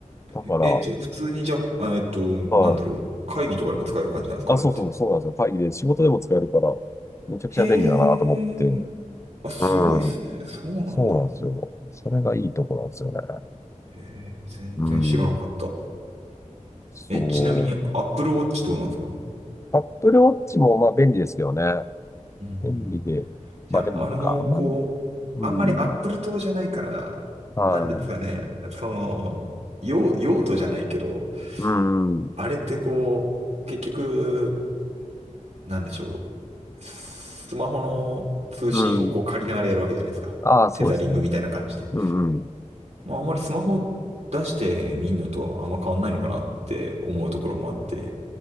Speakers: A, on the left; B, on the right.
A: だから、
B: う。え、
A: は
B: じゃ、普通にじゃあ、えっと、なんだろう。
A: い。
B: 会議とかでも使える感じなんですか、
A: あ、
B: あれって。
A: そうそう、そうなんですよ。会議で仕事でも使えるから、めちゃくちゃ便利だなと思って。
B: へえ。あ、すごいっすね。
A: うん。
B: そうなんだ。
A: そうなんですよ。それがいいとこなんですよね。
B: へえ、全然知らなかった。
A: うん。そ
B: え、ちなみに Apple Watch どうなんですか
A: う。Apple Watch もまあ便利ですけどね。
B: うんうん。
A: 便利で。
B: じゃあ、
A: まあでもなんかあんま、
B: あれの、こう、
A: うん。
B: あんまり Apple 党じゃないから、
A: はい。
B: なんですかね。その、用、用途じゃないけど、
A: うん。
B: あれってこう、結局、なんでしょう。スマホの通信をこう借りながらやるわけじゃないですか。
A: うん。ああ、そうですね。
B: テザリングみたいな感じで。
A: うんうん。
B: まああんまりスマホ出してみんのとあんま変わんないのかなって思うところもあって、